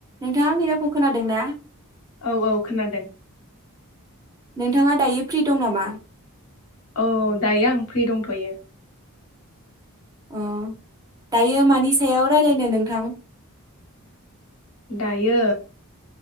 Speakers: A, on the right; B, on the left.
A: नोंथाङां आंनि रावखौ खोनादों ना?
B: औ औ खोनादों।
A: नोंथाङा दायो फ्रि दं नामा?
B: औ दायो आं फ्रि दंथ'यो।
A: अ दायो मानि सायाव रायज्लायनो नोंथां?
B: दायो